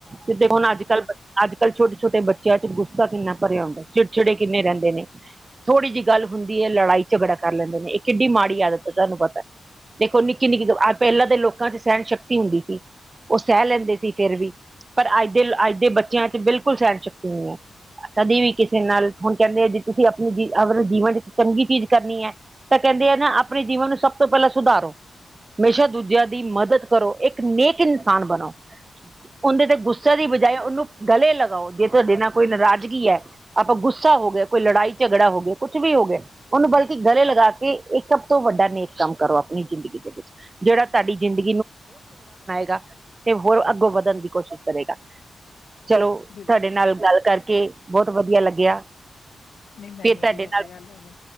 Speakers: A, on the right (about 30°); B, on the left (about 75°).
A: ਕਿਤੇ ਹੁਣ ਅੱਜ- ਕੱਲ, ਅੱਜ- ਕੱਲ੍ਹ ਛੋਟੇ ਛੋਟੇ ਬੱਚਿਆਂ ਚ ਗੁੱਸਾ ਕਿੰਨਾ ਭਰਿਆ ਹੁੰਦਾ। ਚਿੜਚਿੜੇ ਕਿੰਨੇ ਰਹਿੰਦੇ ਨੇ, ਥੋੜ੍ਹੀ ਜਿਹੀ ਗੱਲ ਹੁੰਦੀ ਹੈ, ਲੜਾਈ ਝਗੜਾ ਕਰ ਲੈਂਦੇ ਨੇ ਇਹ ਕਿੱਡੀ ਮਾੜੀ ਆਦਤ ਹੈ, ਤੁਹਾਨੂੰ ਪਤਾ। ਦੇਖੋ ਨਿੱਕੀ- ਨਿੱਕੀ, ਪਹਿਲਾਂ ਦੇ ਲੋਕਾਂ ਚ ਸਹਿਣ ਸ਼ਕਤੀ ਹੁੰਦੀ ਸੀ। ਉਹ ਸਹਿ ਲੈਂਦੇ ਸੀ ਫਿਰ ਵੀ, ਪਰ ਅੱਜ ਦੇ, ਅੱਜ ਦੇ ਬੱਚਿਆਂ ਚ ਬਿਲਕੁਲ ਸਹਿਣ- ਸ਼ਕਤੀ ਨਹੀਂ ਹੈ। ਕਦੇ ਵੀ ਕਿਸੇ ਨਾਲ ਹੁਣ ਕਹਿੰਦੇ ਆ ਜੇ ਤੁਸੀਂ ਆਪਣੀ ਜ ਜੀਵਨ ਚ ਚੰਗੀ ਚੀਜ਼ ਕਰਨੀ ਹੈ। ਤਾਂ ਕਹਿੰਦੇ ਆ ਨਾ ਆਪਣੇ ਜੀਵਨ ਨੂੰ ਸਭ ਤੋਂ ਪਹਿਲਾਂ ਸੁਧਾਰੋ, ਹਮੇਸ਼ਾ ਦੂਜਿਆਂ ਦੀ ਮਦਦ ਕਰੋ ਇੱਕ, ਇਕ ਨੇਕ ਇਨਸਾਨ ਬਣੋ, ਉਹਦੇ ਦੇ ਗੁੱਸੇ ਦੀ ਬਜਾਏ, ਉਹਨੂੰ ਗਲੇ ਲਗਾਓ ਜੇ ਤੁਹਾਡੇ ਨਾਲ ਕੋਈ ਨਾਰਾਜ਼ਗੀ ਹੈ। ਆਪਾਂ ਗੁੱਸਾ ਹੋ ਗਿਆ, ਕੋਈ ਲੜਾਈ ਝਗੜਾ ਹੋ ਗਿਆ, ਕੁੱਛ ਵੀ ਹੋ ਗਿਆ‌। ਉਹਨੂੰ ਬਲਕਿ ਗਲੇ ਲਗਾ ਕੇ, ਇੱਕ ਸਭ ਤੋਂ ਵੱਡਾ ਨੇਕ ਕੰਮ ਕਰੋ, ਆਪਣੀ ਜ਼ਿੰਦਗੀ ਦੇ ਵਿੱਚ ਜਿਹੜਾ ਤੁਹਾਡੀ ਜ਼ਿੰਗੀ, ਦਾ ਤੇ ਹੋਰ ਅੱਗੋਂ ਵਧਣ ਦੀ ਕੋਸ਼ਿਸ਼ ਕਰੇਗਾ। ਚਲੋ
B: ਬਿਲਕੁਲ
A: ਤੁਹਾਡੇ ਨਾਲ ਗੱਲ ਕਰਕੇ ਬਹੁਤ ਵਧੀਆ ਲੱਗਿਆ।
B: ਨਹੀਂ ਮੈਨੂੰ
A: ਫਿਰ ਤੁਹਾਡੇ
B: ਵੀ ਵਧੀਆ
A: ਨਾਲ
B: ਲੱਗਾ।